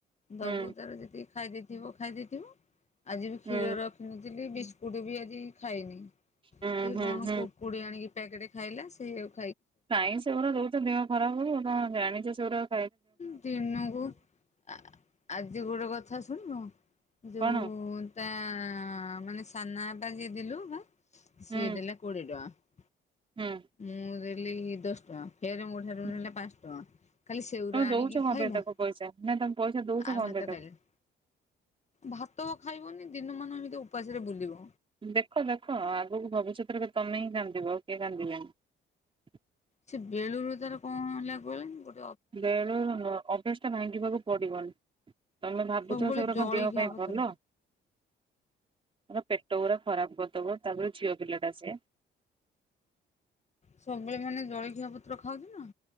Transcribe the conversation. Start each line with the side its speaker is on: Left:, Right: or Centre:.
Right: ହୁଁ
Left: ଦବୁ ତାର ଯେତିକି ଖାଇଦେଇଥିବ ଖାଇଦେଇଥିବ ଯେବେ କ୍ଷୀର
Right: ହୁଁ
Left: ରଖିନଥିବୁ ବିସ୍ ବିସ୍କୁଟବି ଆଜି ଖାଇନି
Right: ହୁଁ
Left: ସେ
Right: ହୁଁ
Left: କଣ
Right: ହୁଁ
Left: କୁର୍କୁରି ଆଣିକି ପ୍ୟାକେଟ ଖାଇଲା ସେୟାକୁ
Right: କାଇଁ ସେଗୁରା ଦେଉଛନ୍ତି ଦେହ ଖରାପ ହେବ <unintelligible>
Left: ଦିନକୁ ଆ ଆଜି <unintelligible> କଥା ଶୁଣିବ ଯୋଉ
Right: କଣ
Left: ତା ମାନେ ସାନା ବାପା ଯିଏ ଦେଲୁ ନା
Right: ହୁଁ
Left: ସିଏ ଦେଲା କୋଡିଏ ଟଙ୍କା ।
Right: ହୁଁ।
Left: ମୁଁ ଦେଲି ଦଶ ଟଙ୍କା ଫେରେ ମୋ ଠାରୁ
Right: ହୁଁ।
Left: ନେଲା ପାଞ୍ଚ ଟଙ୍କା। ଖାଲି ସେଉରା
Right: ତମେ ଦଉଛ
Left: ଆଣିକି
Right: କଣ
Left: ଖାଇଲା
Right: ପାଇଁ ତାକୁ ପଇସା ନାଇଁ ତମେ ପଇସା ଦଉଛ
Left: ଆଉ
Right: କଣ
Left: ଭାତ
Right: ପାଇଁ ତାକୁ।
Left: ଖାଇଲାନି। ଭାତ ଖାଇବନି ଦିନମାନ ଏମିତି ଉପାସରେ ବୁଲିବ।
Right: ଦେଖ ଦେଖ ଆଗକୁ ଭବିଷ୍ୟତରେ ତମେ ହିଁ କାନ୍ଦିବ ଆଉ କିଏ କାନ୍ଦିବେନି।
Left: ସେ ବେଳୁରୁ ତାର କଣ ହେଲା କୁହଲି ଗୋ
Right: ବେଳରୁ ନୁହଁ ଅଭ୍ୟାସ ଟା ଭାଙ୍ଗିବାକୁ ପଡିବ। ତମେ ଭାବୁଚ
Left: ସବୁବେଳେ
Right: ସେଉରା
Left: ଜଳିଖିଆ
Right: କଣ ଦେହ ପାଇଁ
Left: ପତ୍ର
Right: ଭଲ। ତାର ପେଟଉରା ଖରାପ କରିଦେବ। ତାପରେ ଝିଅ ପିଲାଟା ସିଏ।
Left: ସବୁବେଳେ ମାନେ ଜଳଖିଆ ପତ୍ର ଖାଉଛି ନା?